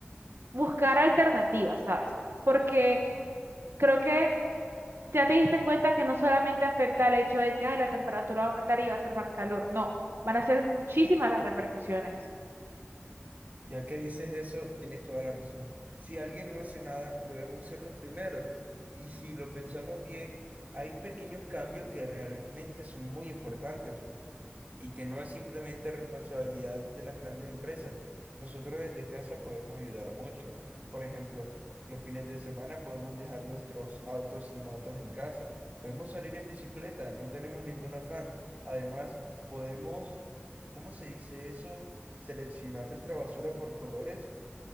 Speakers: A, on the right; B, on the right.
A: buscar alternativas, ¿sabes? Porque creo que ya te diste cuenta que no solamente afecta el hecho de que ay, la temperatura va a aumentar y va a ser más calor, no, van a ser muchísimas las repercusiones.
B: Ya que dices eso, tienes toda la razón. Si alguien no hace nada, debemos ser los primeros. Y si lo pensamos bien, hay pequeños cambios que realmente son muy importantes y que no es simplemente responsabilidad de las grandes empresas. Nosotros desde casa podemos ayudar mucho. Por ejemplo, los fines de semana podemos dejar nuestros autos y motos en casa. Podemos salir en bicicleta, no tenemos ningún afán. Además, podemos, ¿cómo se dice eso? Seleccionar nuestra basura por colores